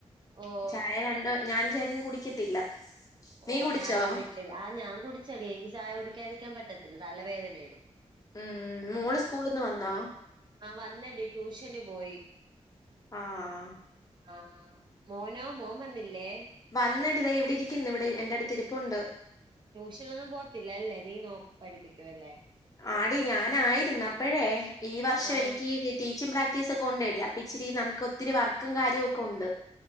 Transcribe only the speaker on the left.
ചായ
രണ്ട് ഞാനും ചേട്ടനും കുടിക്കത്തില്ല
നീ കുടിച്ചോ
ഉം മോള് സ്കൂള്ന്ന് വന്നോ
ആഹ്
വന്നടി ഇതാ ഇവിടെ ഇരിക്കിന്ന് ഇവിടെ എ എന്റെടുത്ത് രിപ്പുണ്ട്
ആടീ ഞാനായിരുന്നു അപ്പഴേ ഈ വർഷം
എനിക്ക് ടീച്ചിങ് പ്രാക്ടീസ് ഒക്കെണ്ടെടി അപ്പം ഇച്ചിരി നമുക്കൊത്തിരി വർക്കും കാര്യവും ഒക്കെ ഉണ്ട്